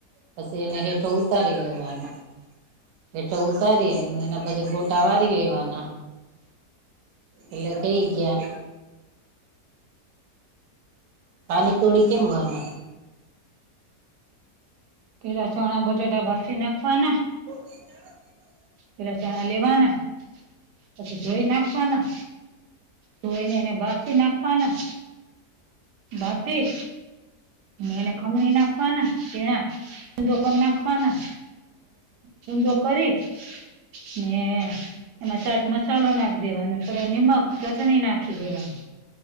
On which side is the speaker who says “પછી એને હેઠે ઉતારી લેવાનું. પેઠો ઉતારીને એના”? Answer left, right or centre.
Right